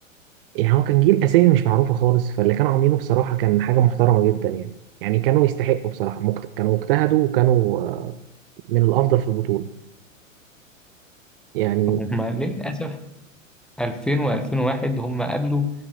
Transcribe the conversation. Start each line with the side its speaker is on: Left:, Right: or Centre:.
Right: يعني هو كان جيل اسامي مش معروفه خالص فاللي كانوا عاملينه بصراحه كان حاجه محترمه جدا يعني يعني كانوا يستحقوا بصراحه مجت... كانوا اجتهدوا وكانوا آه، من الافضل في البطوله يعني
Centre: هما للأسف 2000 و2001 هما قابلوا